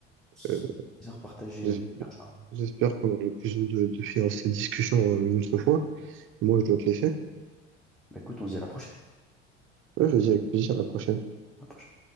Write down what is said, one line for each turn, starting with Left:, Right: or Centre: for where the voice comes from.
Centre: c'est
Right: Euh,
Centre: un plaisir partagé,
Right: j'es-
Centre: mon cher Charles.
Right: j'espère qu'on aura l'occasion de, de faire ces discussions euh, une autre fois. Moi, je dois te laisser.
Centre: Bah, écoute, on se dit à la prochaine.
Right: Ouais, vas-y, avec plaisir, à la prochaine.
Centre: À la prochaine.